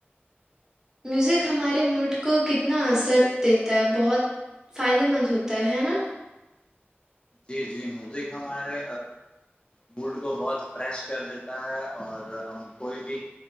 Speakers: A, on the right; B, on the left.
A: میوزک ہمارے موڈ کو کتنا اثر دیتا ہے بہت فائدے مند ہوتا ہے نا
B: جی جی مزک ہمارے بوڈ کو بہت فریش کر دیتا ہے اور ہم کوئی بھی